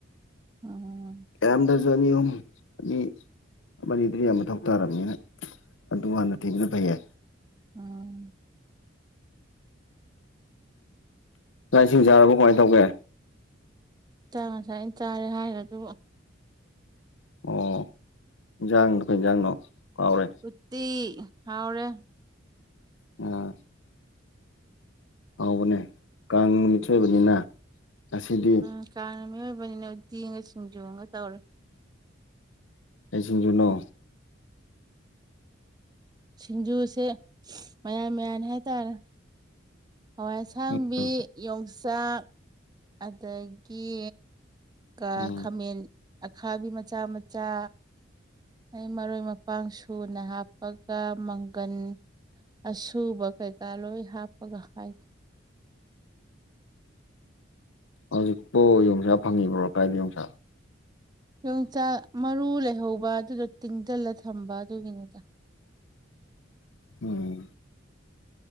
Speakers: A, on the right; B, on the left.
A: ꯎꯝ
B: <unintelligible> ꯅꯪꯒꯤꯗꯤ ꯌꯥꯝ ꯃꯊꯧ ꯇꯥꯔꯕꯅꯤꯅ ꯑꯗꯨ ꯍꯥꯟꯅ ꯊꯤꯕꯅ ꯐꯩꯌꯦ
A: ꯎꯝ
B: ꯆꯥꯛ ꯏꯁꯤꯡ ꯆꯥꯔꯕꯣ ꯀꯃꯥꯏꯅ ꯇꯧꯒꯦ
A: ꯆꯥ ꯉꯁꯥꯏꯅ ꯆꯥꯔꯦ ꯍꯥꯏꯈ꯭ꯔꯗꯨꯕꯨ
B: ꯑꯣ ꯏꯟꯖꯥꯡꯗ ꯀꯣꯏ ꯏꯟꯖꯥꯡꯅꯣ ꯀꯥꯎꯔꯦ
A: ꯀꯠꯇꯤ ꯍꯥꯎꯔꯦ
B: ꯎꯝ ꯍꯥꯎꯕꯅꯦ ꯀꯥꯡ ꯑꯣꯏꯕꯅꯤꯅ
A: ꯎꯝ
B: ꯉꯁꯤꯗꯤ
A: ꯎꯝ ꯀꯥꯡꯅ ꯃꯤꯑꯣꯏꯕꯅꯤꯅ ꯎꯇꯤꯒ ꯁꯤꯡꯖꯨꯉꯒ ꯇꯧꯔꯦ
B: ꯀꯩ ꯁꯤꯡꯖꯨꯅꯣ
A: ꯁꯤꯡꯖꯨꯁꯦ ꯃꯌꯥꯟ ꯃꯌꯥꯟ ꯍꯥꯏꯇꯥꯔꯦ ꯍꯋꯥꯏ ꯑꯁꯥꯡꯕꯤ
B: ꯎꯝ
A: ꯌꯣꯡꯆꯥꯛ ꯑꯗꯒꯤ ꯀ
B: ꯎꯝ
A: ꯈꯥꯃꯦꯟ ꯑꯈꯥꯕꯤ ꯃꯆꯥ ꯃꯆꯥ ꯑꯩ ꯃꯔꯣꯏ ꯃꯄꯥꯡ ꯁꯨꯅ ꯍꯥꯞꯄꯒ ꯃꯪꯒꯟ ꯑꯁꯨꯕ ꯀꯩꯀꯥ ꯂꯣꯏ ꯍꯥꯞꯄꯒ ꯍꯥꯏ
B: ꯍꯧꯖꯤꯛꯄꯨ ꯌꯣꯡꯁꯥ ꯐꯪꯉꯤꯕ꯭ꯔꯣ ꯀꯥꯏꯗ ꯌꯣꯡꯆꯥꯛ
A: ꯌꯣꯡꯆꯥꯛ ꯃꯔꯨ ꯂꯩꯍꯧꯕ ꯑꯗꯨꯗꯣ ꯇꯤꯡꯖꯜꯂ ꯊꯝꯕ ꯑꯗꯨꯒꯤꯅꯤꯗ
B: ꯎꯝ